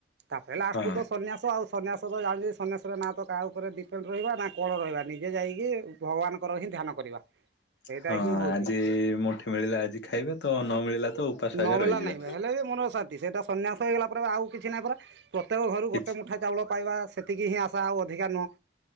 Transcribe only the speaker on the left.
ହଁ
<inaudible>
ହଁ
ଆଜି ମୁଠେ ମିଳିଲା ଆଜି ଖାଇବେ ତ ନ ମିଳିଲା ତ ଉପାସ
ଆଗା ରହିଯିବା।
କିଛି